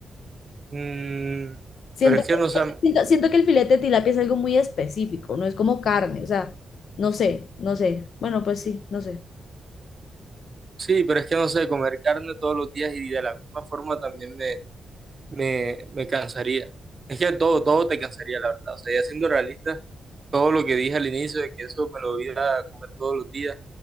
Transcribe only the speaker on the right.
Mm,
pero es que no sé,
Sí, pero es que no sé, comer carne todos los días y de la misma forma también me, me, me cansaría. Es que todo, todo te cansaría, la verdad. O sea, ya siendo realista, todo lo que dije al inicio de que eso me lo iba a comer todos los días